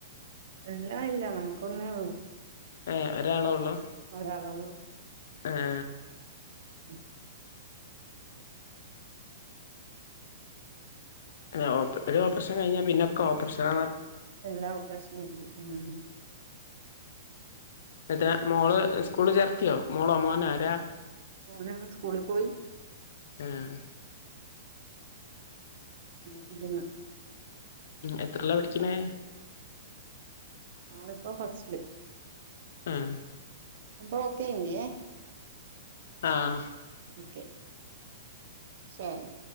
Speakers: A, on the right; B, on the left.
A: എല്ല ഇല്ല നമ്മുക്ക് ഒന്നേ ഉള്ളൂ
B: ഏ ഒരാളേ ഉള്ളു
A: ഒരാളെ ഉള്ളൂ
B: ആഏ
A: ഉ
B: അല്ലഓ ഒരു ഓപ്പറേഷൻ കഴിഞ്ഞാൽ പിന്നെ ഒക്ക ഓപ്പറേഷന
A: എല്ലാ ഓപ്പറേഷനും ഇരിക്കും ഉ
B: താ മോള് സ്കൂള് ചേർത്തിയോ മോളോ മോന ആരാ
A: ഓന സ്കൂളിൽ പോയി
B: ആഹ്
A: പിതിില
B: എത്രല്ലാ പടിക്കണേ
A: ആള ഇപ്പ ഫസ്ില്
B: ആഹ
A: അപ്പൊ ഓക്കെ ഇങ്കിയ
B: ആഹ
A: ഓക്കെ ശരി